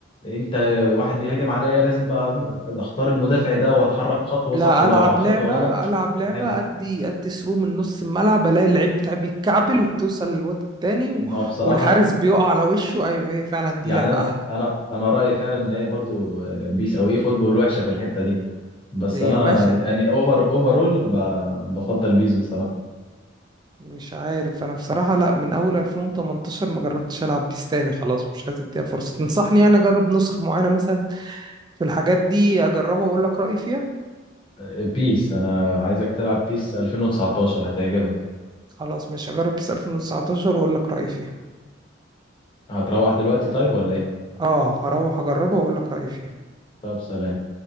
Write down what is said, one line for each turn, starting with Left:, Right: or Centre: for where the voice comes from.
Left: انت واحد بيهاجم عليا لازم بقى اختار المدافع ده واتحرك خطوة
Right: لا
Left: صح ولو
Right: ألعب
Left: خطوة
Right: لعبة
Left: غلط
Right: ألعب لعبة
Left: بحب
Right: أدي أدي ثرو من نص الملعب ألاقي اللعيب بتاعي بيتكعبل وبتوصل للواد التاني و...
Left: ما هو بصراحة
Right: والحارس بيقع على وشه أيوه هي فعلا دي
Left: يعني
Right: لعبة
Left: أنا
Right: أحلى
Left: أنا أنا رأيي فعلا إن هي برضو آه، بيس أو إيه فوتبول وحشة في الحتة دي بس
Right: يا
Left: أنا
Right: باشا
Left: يعني أوفر أوفرول ب- بفضل بيس بصراحة
Right: مش عارف انا بصراحة لا من اول 2018 ما جربتش العب بيس تاني خلاص مش عايز اديها فرصة تنصحني يعني اجرب نسخة معينة مثلا في الحاجات دي اجربها واقول لك رأيي فيها
Left: آه، بيس أنا عايزك تلعب بيس 2019 هتعجبك
Right: خلاص مش هجرب بيس 2019 واقول لك رأيي فيها
Left: هتروح دلوقتي طيب ولا إيه؟
Right: اه هروح اجربها واقول لك رأيي فيها
Left: طب سلام